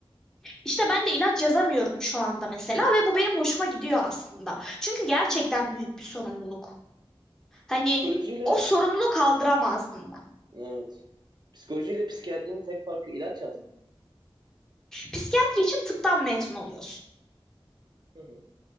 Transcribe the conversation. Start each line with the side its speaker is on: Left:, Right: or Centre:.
Centre: İşte ben de ilaç yazamıyorum şu anda mesela ve bu benim hoşuma gidiyor aslında çünkü gerçekten büyük bir sorumluluk. Hani
Right: Psikolojiyle
Centre: o sorumluluğu kaldıramazdım ben.
Right: Evet. Psikolojiyle psikiyatrinin tek farkı ilaç yazmamak.
Centre: Psikiyatri için tıptan mezun oluyorsun.
Right: Hı hı.